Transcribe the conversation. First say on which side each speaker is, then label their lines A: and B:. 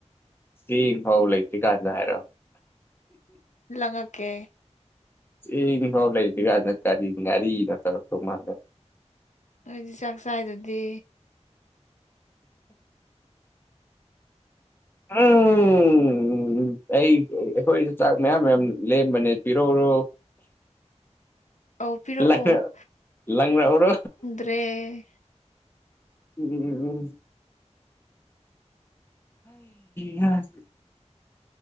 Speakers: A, on the left (about 20°); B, on the left (about 80°).
A: ꯆꯦꯡ ꯐꯥꯎ ꯂꯩꯇ꯭ꯔꯤ ꯀꯥꯟꯗ ꯍꯥꯏꯔꯣ꯫
B: ꯂꯪꯉꯛꯀꯦ꯫
A: ꯆ‌ꯦꯡ ꯐꯥꯎ ꯂꯩꯇ꯭ꯔꯤꯒꯥꯟ ꯀꯔꯤ ꯉꯔꯤꯅ ꯇꯧꯔꯛꯇꯧ ꯃꯥꯜꯂꯒ꯫
B: ꯑꯩꯗꯤ ꯆꯥꯛ ꯆꯥꯏꯗꯨꯗꯤ꯫
A: ꯎꯝ꯫ ꯎꯝ ꯑꯩ ꯑꯈꯣꯏꯁꯨ ꯆꯥꯛ ꯃꯌꯥꯝ ꯃꯌꯥꯝ ꯂꯦꯝꯕꯅꯦ ꯄꯤꯔꯛꯔꯣ꯫
B: ꯑꯧ ꯄꯤꯔꯛꯑꯣ
A: ꯂꯪ ꯂꯪꯔꯛ ꯑꯣꯔꯣ꯫
B: ꯇꯦ꯫
A: ꯎꯝ ꯎꯝ꯫ ꯌꯥ꯫